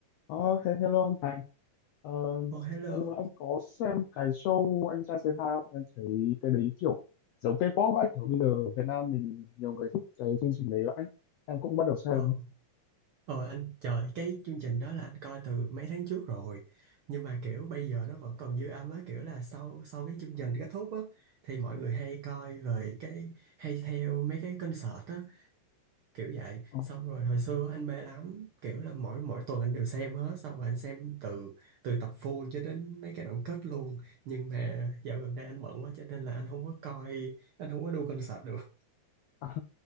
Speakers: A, on the left; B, on the right.
A: Ờ, hello anh Thành. Ờ,
B: Ồ hello.
A: đã lâu anh có xem cái show Anh Trai Say Hi không? Em thấy cái đấy kiểu giống K-pop ấy. Kiểu bây giờ Việt Nam mình nhiều người thích cái chương trình đấy vậy. Em cũng bắt đầu xem.
B: Ồ, ồ anh trời cái chương trình đó là anh coi từ mấy tháng trước rồi. Nhưng mà kiểu bây giờ nó vẫn còn dư âm á, kiểu là sau sau cái chương trình kết thúc á thì mọi người hay coi về cái hay theo mấy cái concert á, kiểu vậy.
A: Ờ,
B: Xong rồi hồi xưa anh mê lắm, kiểu là mỗi mỗi tuần anh đều xem hết, xong rồi anh xem từ từ tập full cho đến mấy cái đoạn kết luôn. Nhưng mà dạo gần đây anh bận quá cho nên là anh không có coi, anh không có đu concert được.
A: <laughs> à,